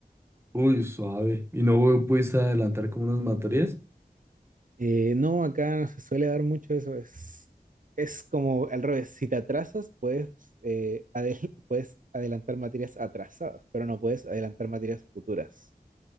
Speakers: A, on the right; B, on the right.
A: Uy, suave. ¿Y no pudiste adelantar como unas materias?
B: Eh, no, acá no se suele dar mucho eso. Es, es como al revés. Si te atrasas, puedes, eh, adel- puedes adelantar materias atrasadas, pero no puedes adelantar materias futuras.